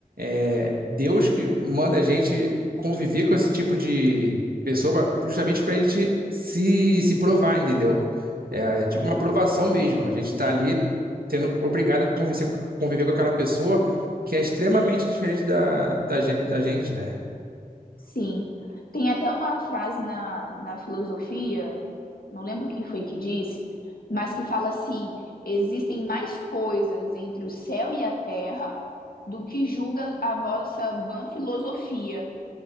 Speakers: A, on the right; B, on the left.
A: É, Deus que manda a gente conviver com esse tipo de pessoa pra- justamente para a gente se, se provar, entendeu? É, é tipo
B: É,
A: uma provação mesmo. A gente está ali sendo obrigado a convencer- conviver com aquela pessoa que é extremamente diferente da, da, gen- da gente, né?
B: sim. Tem até uma frase na, na filosofia, não lembro quem foi que disse, mas que fala assim: existem mais coisas entre o céu e a terra do que julga a vossa vã filosofia.